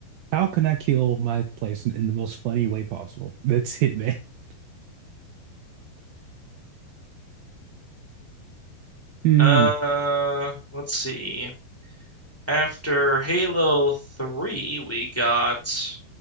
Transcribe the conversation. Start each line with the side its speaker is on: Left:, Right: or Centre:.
Right: How can I kill my place in, in the most funny way possible? That's Hitman. <laughs> Hmm,
Centre: Uh, let's see. After Halo 3, we got,